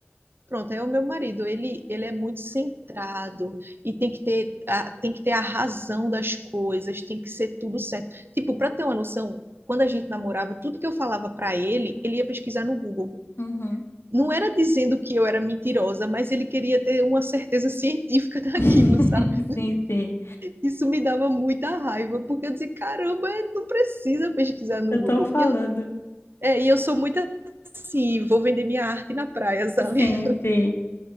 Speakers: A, on the right; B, on the left.
A: Pronto, é o meu marido, ele, ele é muito centrado e tem que ter a, tem que ter a razão das coisas, tem que ser tudo certo. Tipo, para ter uma noção, quando a gente namorava, tudo que eu falava para ele, ele ia pesquisar no Google.
B: Uhum.
A: Não era dizendo que eu era mentirosa, mas ele queria ter uma certeza científica <laughs> daquilo,
B: <laughs>
A: sabe?
B: Sim, sim.
A: Isso me dava muita raiva, porque eu dizia, caramba, é, não precisa pesquisar no
B: Eu
A: Google.
B: tô falando.
A: E eu, é, e eu sou muito assim, vou vender minha arte na praia, sabe?
B: Sim, sim.